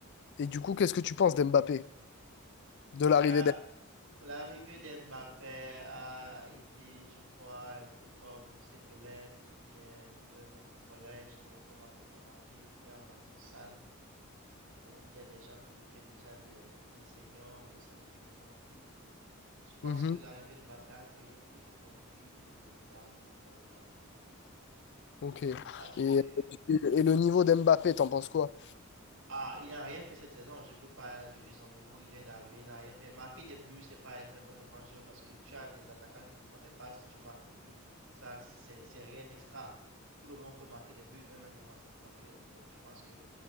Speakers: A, on the left (about 55°); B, on the right (about 80°).
A: et du coup, qu'est-ce que tu penses d'Mbappé, de
B: Euh,
A: l'arrivée d'Mbappé?
B: l'arrivée d'Mbappé a été, je crois, un peu comme cet élève qui vient de notre collège dont on a beaucoup vanté, qui entre dans une salle où il y a des gens qui étaient déjà des, des seniors et ça crée des conflits. Je pense
A: Mhm.
B: que l'arrivée d'Mbappé a créé plus de conflits que de d'harmonie dans le club.
A: Ok. Et,
B: Parce que
A: et, et le niveau d'Mbappé, t'en penses quoi?
B: Ah, il n'a rien fait cette saison. Je peux pas juger son niveau. Il vient d'arriver, il n'a rien fait. Marquer des buts, c'est pas être un bon grand joueur parce que tu as des attaquants qui te font des passes, tu marques des buts. Ça, c'est c'est rien d'extra. Tout le monde peut marquer des buts, même un défenseur peut marquer des buts. Donc, je pense que